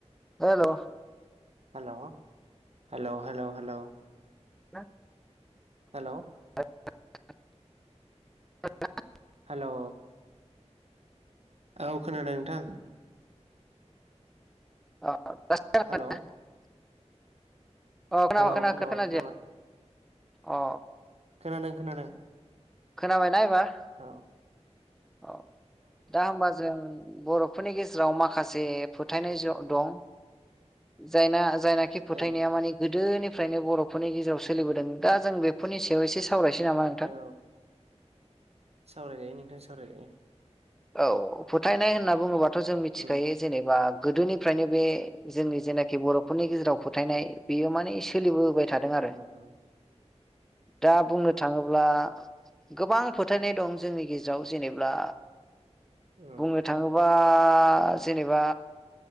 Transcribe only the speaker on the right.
हेल' हेल' हेल' हेल'
हेल'
हेल' औ खोनादों नोंथां
हेल' औ
औ खोनाबाय
खोनाबाय
खोनादों खोनादों
औ
औ
औ
औ सावरायजायो नोंथां सावराय जानो।
उम
उम उम
उम